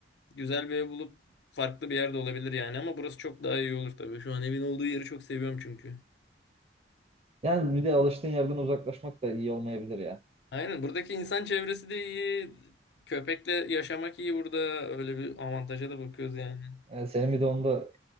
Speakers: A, on the left; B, on the right.
A: güzel bir ev bulup farklı bir yerde olabilir yani. Ama burası çok daha iyi olur tabii. Şu an evin olduğu yeri çok seviyorum çünkü.
B: Yani bir de alıştığın yerden uzaklaşmak da iyi olmayabilir ya.
A: Aynen buradaki insan çevresi de iyi. Köpekle yaşamak iyi burada. Öyle bir avantaja da bakıyoruz yani.
B: E, e, senin bir de onu da